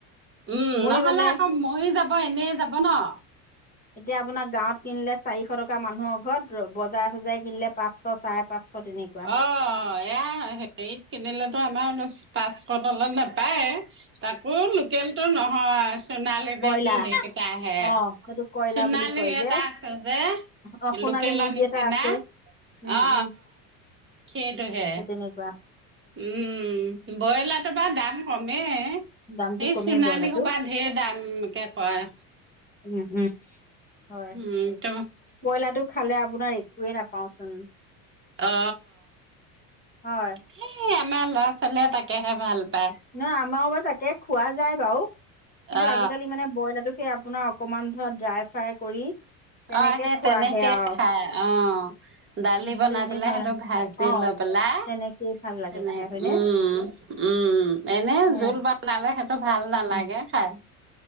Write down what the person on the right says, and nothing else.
উম
নহ'লে
আকৌ মৰি যাব এনেই যাব নহ।
অ এয়া হেৰিত কিনিলেতো আমাৰ পাঁচশ তলত নেপায়ে। তাকো লোকেলটো নহয়। সোণালী
নে কি সেইকেইটা আহে
সোণালী
এটা
আছে যে।
লোকেলৰ
নিচিনা
অ, অ
সেইটোহে।
উম ব্ৰইলাৰটোৰ বাৰু দাম কমে। সেই
চোনালী
সোবা ঢেৰ দামকে কয়।
উম ত
অ সেই
আমাৰ ল'ৰা-ছোৱালীয়ে তাকেহে ভাল পায়।
অ
অ সেই
তেনেকে
খাই অ দালি
বনাই
পেলাই সিহঁতক
ভাল। <unintelligible>
পেলাই
তেনে
উম। উম এনে
জুল বানালে সিহঁতৰ ভাল নালাগে
খাই।